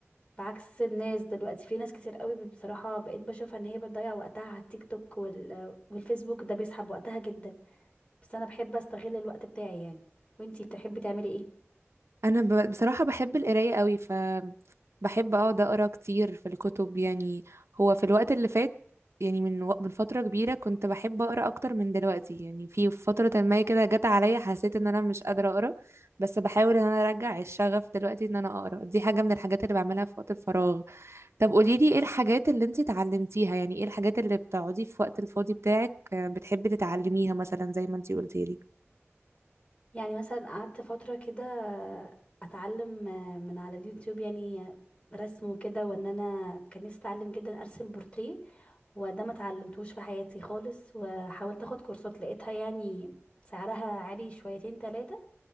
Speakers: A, on the left; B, on the right.
A: بعكس الناس دلوقتي في ناس كتير قوي بصراحه بقيت بشوفها ان هي بتضيع وقتها على التيك توك وال... والفيسبوك ده بيسحب وقتها جدا بس انا بحب استغل الوقت بتاعي يعني وانتي بتحبي تعملي ايه
B: انا ب... بصراحه بحب القرايه قوي ف بحب اقعد اقرا كتير في الكتب يعني هو في الوقت اللي فات يعني من و... من فتره كبيره كنت بحب اقرا اكتر من دلوقتي يعني في فتره ما كده جت عليا حسيت ان انا مش قادره اقرا بس بحاول ان انا ارجع الشغف دلوقتي ان انا اقرا دي حاجه من الحاجات اللي بعملها في وقت الفراغ طب قولي لي ايه الحاجات اللي انت اتعلمتيها يعني ايه الحاجات اللي بتقعدي في وقت الفاضي بتاعك آه، بتحبي تتعلميها مثلا زي ما انت قلتي لي؟
A: يعني مثلا قعدت فترة كده اتعلم من على اليوتيوب يعني رسم وكده وان انا كان نفسي اتعلم جدا ارسم بورتريه وده ما اتعلمتوش في حياتي خالص وحاولت اخد كورسات لقيتها يعني سعرها عالي شويتين تلاتة